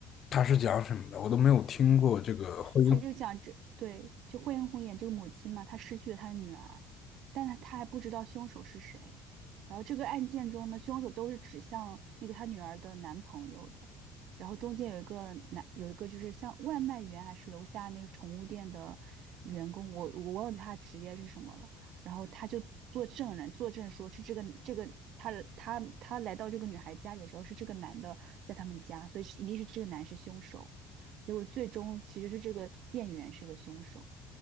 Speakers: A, on the left; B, on the right.
A: 它是讲什么的？我都没有听过这个婚姻。
B: 他就讲这对，就惠英红演这个母亲嘛，她失去了她的女儿，但她她还不知道凶手是谁。然后这个案件中呢，凶手都是指向那个她女儿的男朋友的。然后中间有一个男，有一个就是像外卖员还是楼下那个宠物店的员工，我我忘记他的职业是什么了。然后他就做证人，作证说是这个这个他的他他来到这个女孩家里的时候是这个男的在他们家，所以是一定是这个男是凶手。结果最终其实是这个店员是个凶手，